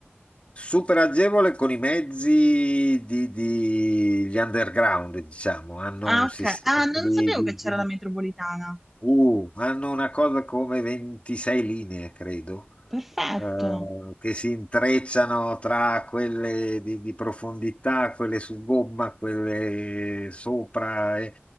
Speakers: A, on the left (about 30°); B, in the centre.
A: Super agevole con i mezzi di, di- gli underground, diciamo, hanno
B: Ah,
A: un sistema
B: oka ah, non
A: di,
B: sapevo
A: di-
B: che c'era
A: di-
B: la metropolitana.
A: uh, hanno una cosa come 26 linee, credo,
B: Perfetto.
A: eh, che si intrecciano tra quelle di, di profondità, quelle su gomma, quelle sopra. e-